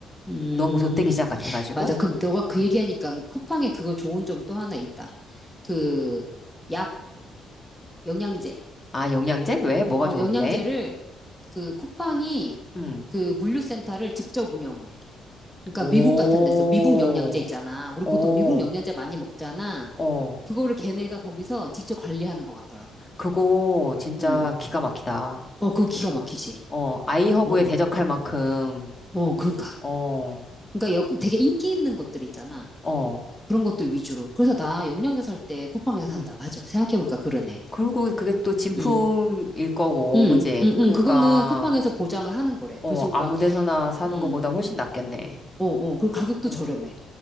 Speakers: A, in the centre; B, on the left.
A: 음.
B: 너무 돗대기 시장 같아가지고.
A: 맞아. 근데 너가
B: 음.
A: 그 얘기하니까 쿠팡에 그거 좋은 점 또 하나 있다. 그 약, 영양제.
B: 아, 영양제? 왜? 뭐가
A: 어,
B: 좋은데?
A: 영양제를 그 쿠팡이
B: 음.
A: 그 물류센터를 직접 운영을 해. 그러니까
B: 오,
A: 미국 같은 데서 미국 영양제 있잖아. 우리
B: 오,
A: 보통 미국 영양제 많이 먹잖아.
B: 어.
A: 그거를 걔네가 거기서 직접 관리하는 것 같더라고.
B: 그거 진짜
A: 응.
B: 기가 막히다.
A: 어, 그거 기가 막히지.
B: 어, 아이허브에
A: 어,
B: 대적할 만큼,
A: 어, 그러니까.
B: 어,
A: 그러니까 여, 되게 인기 있는 것들 있잖아.
B: 어,
A: 그런 것들 위주로. 그래서 나 영양제 살 때 쿠팡에서
B: 음.
A: 산다. 맞아. 생각해보니까 그러네.
B: 그리고 그게 또 진품일
A: 음.
B: 거고,
A: 음,
B: 그지?
A: 음,
B: 그러니까,
A: 음, 그거는 쿠팡에서 보장을 하는 거래.
B: 어,
A: 그래서
B: 아무
A: 막,
B: 데서나 사는
A: 음,
B: 것보다 훨씬 낫겠네.
A: 어, 어, 그리고 가격도
B: 어.
A: 저렴해.